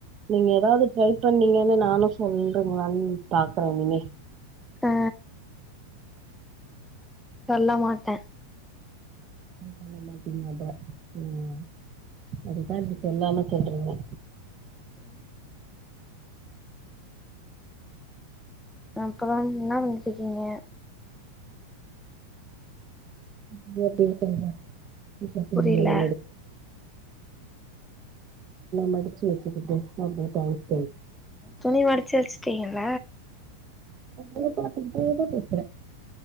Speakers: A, on the right; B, in the centre.
A: நீங்க ஏதாவ்து ட்ரை பண்ணீங்கன்னு நானு சொல்றீங்ளான்னு பாகுறே இனிமே
B: ஆ சொல்ல மாட்டே
A: நீங்க சொன்ன மாத்ரி அதா ம் அதுதா அப்டி சொல்லாம சொல்றீங்க
B: ய அப்றோ இன்னா பண்ணிட்ருக்கீங்க
A: இதே எப்டி இருக்குணு <unintelligible> துணி
B: புரில
A: எல்லா மடிச்சு வச்சுட்டு இப்டியே ஒக்காந்துருக்காரு
B: துணி மடிச்சு வச்சுட்டீங்கள
A: <inaudible> பேசுறே